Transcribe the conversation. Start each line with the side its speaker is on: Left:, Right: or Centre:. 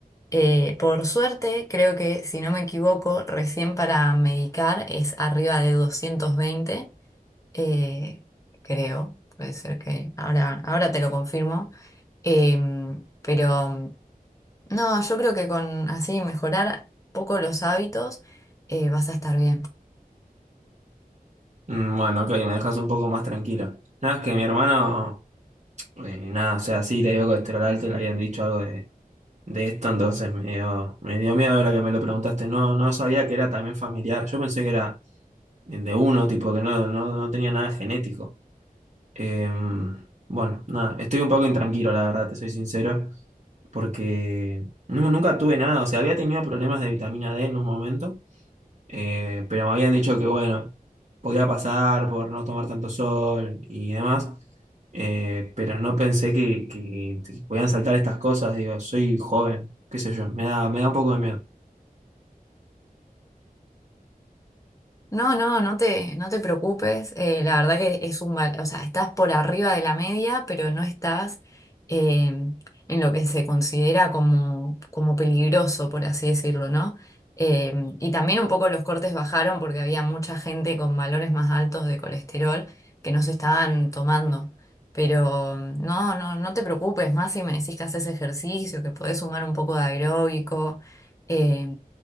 Left: Eh, por suerte, creo que, si no me equivoco, recién para medicar es arriba de 220, eh, creo, puede ser que, ahora, ahora te lo confirmo, Em, pero no, yo creo que con así mejorar poco los hábitos, eh, vas a estar bien.
Right: Mm, Bueno, ok, me dejas un poco más tranquilo. Nada, es que mi hermano, eh, nada, o sea, sí le dio colesterol alto, le habían dicho algo de de esto, entonces me dio, me dio miedo ahora que me lo preguntaste. No, no sabía que era también familiar. Yo pensé que era de uno, tipo, que no, no, no tenía nada genético. Eh, bueno, nada, estoy un poco intranquilo, la verdad, te soy sincero, porque nu- nunca tuve nada. O sea, había tenido problemas de vitamina D en un momento. Eh, pero me habían dicho que, bueno, podía pasar por no tomar tanto sol y demás, Eh, pero no pensé que, que- que podían saltar estas cosas. Digo, soy joven, qué sé yo, me da, me da un poco de miedo.
Left: No, no, no te, no te preocupes. eh, la verdad que es un val- o sea, estás por arriba de la media, pero no estás eh, en lo que se considera como, como peligroso, por así decirlo, ¿no? Eh, y también un poco los cortes bajaron porque había mucha gente con valores más altos de colesterol que no se estaban tomando. Pero no, no, no te preocupes, más si me decís que haces ejercicio, que podés sumar un poco de aeróbico. eh,